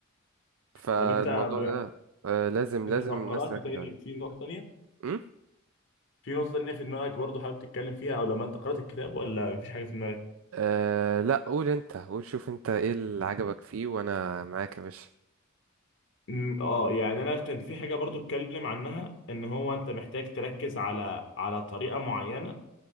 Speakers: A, on the right (about 80°); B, on the left (about 60°).
A: فالموضوع
B: طب انت ب-
A: ده آه لازم لازم
B: انت لو قرات
A: الناس تركز
B: تاني
A: عليه
B: في نقطه تانيه
A: امم
B: في نقطة تانية في دماغك برضو حابب تتكلم فيها أو لما أنت قرأت الكتاب ولا مفيش حاجة في دماغك؟
A: آه لا قول انت قول شوف انت ايه اللي عجبك فيه وانا معاك يا باشا
B: أمم، آه يعني أنا كان في حاجة برضو اتكلم عنها إن هو أنت محتاج تركز على على طريقة معينة